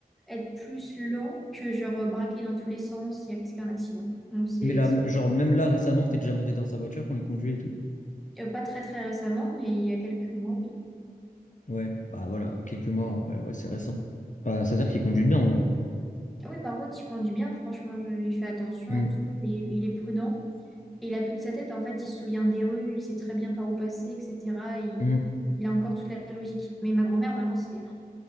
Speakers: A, in the centre; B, on the left (about 50°).
A: être plus lent que genre braquer dans tous les sens et risquer un accident. Donc c'est
B: Mais là, m- genre, même là, récemment, t'es déjà monté dans sa voiture quand il conduit et tout.
A: Euh, pas très très récemment, mais il y a quelques mois, oui.
B: Ouais, bah voilà, quelques mois, en vrai, ouais, c'est récent. Bah, c'est-à-dire qu'il conduit bien, en vrai.
A: Ah oui, par contre, il conduit bien, franchement, je- il fait attention
B: Mm,
A: et tout, il est, il est prudent. Et il a toute sa tête, en fait, il se souvient des rues, il sait très bien par où passer, etc. Il,
B: mm.
A: il a encore toute la logique. Mais ma grand-mère, vraiment, c'est...